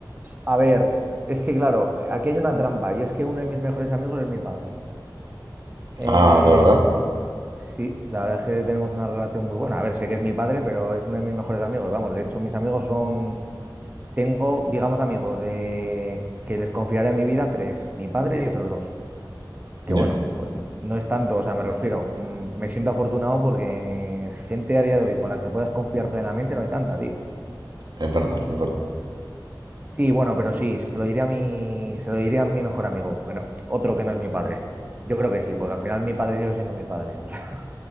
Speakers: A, on the right; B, on the right.
A: A ver, es que claro, aquí hay una trampa y es que uno de mis mejores amigos es mi padre. Eh,
B: Ah, ¿de verdad?
A: sí, la verdad es que tenemos una relación muy buena. A ver, sé que es mi padre, pero es uno de mis mejores amigos. Vamos, de hecho, mis amigos son, tengo, digamos, amigos de que les confiaré mi vida tres, mi padre y otros dos. Que
B: Ya,
A: bueno, no es tanto, o sea, me refiero, mm, me siento afortunado porque gente a día de hoy con la que puedas confiar plenamente no hay tanta, tío.
B: es verdad, es verdad.
A: Sí, bueno, pero sí, se lo diría a mi, se lo diría a mi mejor amigo, que no- otro que no es mi padre. Yo creo que sí, porque al final mi padre sigue siendo mi padre, <laughs> o sea,